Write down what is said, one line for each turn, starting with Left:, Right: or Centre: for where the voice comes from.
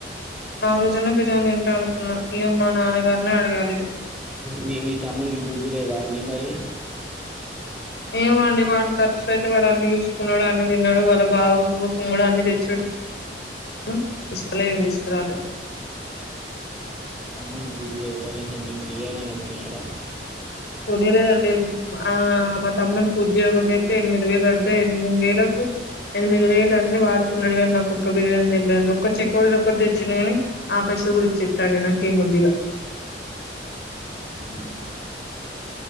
Left: ఆ రోజున్నా బిర్యానీ తింటా అనుకున్నా ఇగ మా నాన్నగారినే అడగాలి ఇగ
Centre: మీ తమ్మునికి బుద్ధి లేదా అండి మరి
Left: ఏమండి వాడి ఖర్చులు అయితే వాడు అన్ని చూసుకున్నాడు అన్ని తిన్నాడు వాళ్ళ బావ కోసం కూడా అన్ని తెచ్చాడు తీసుకులే ఏం తీసుకురాలే
Centre: మ గుద్జ కనీసం మీకు బిర్యానీ నా కొనీ ఎడాయడా
Left: కొనీలేదండి ఆ మా తమ్మకు ఉద్యోగం అయితే ఎనిమిది వేలు పడద ఎనిమిది వేలకు ఎనిమిది వేలు అన్నిీ వాడుకున్నాడు కాని నాకు ఒక్క బిర్యానీ తెళ్ళండి ఒ చెక్కటి ఒకటి తెచ్చింది కాని ఆ పైసలు గు చెస్తండి నాకే ముద్దిగా
Centre: మీని మరి